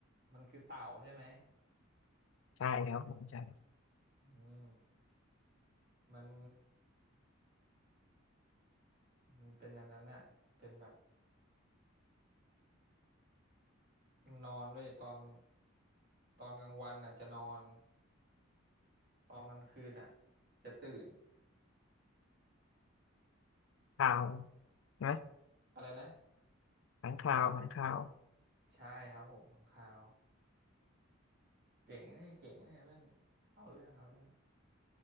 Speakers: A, on the right; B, on the left.
A: มันคือเต่าใช่ไหม
B: ใช่ครับผมใช่
A: อืมมันมันเป็นอันนั้นอะเป็นแบบมันนอนด้วยตอนตอนกลางวันอ่ะจะนอนตอนกลางคืนอ่ะจะตื่น
B: ข่าวนะ
A: อะไรนะ
B: ขังข่าวขังข่าว
A: ใช่ครับผมข้างคาว เก่งนะเนี่ยเก่งนะเนี่ยเพื่อนเอาเรื่องเอาเรื่อง